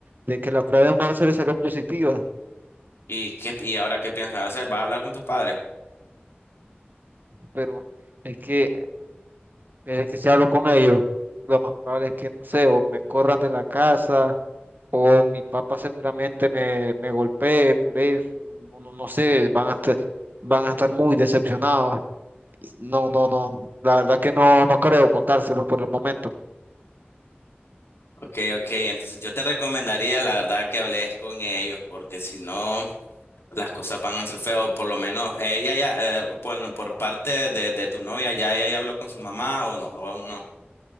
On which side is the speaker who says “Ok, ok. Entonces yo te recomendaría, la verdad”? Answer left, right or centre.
Left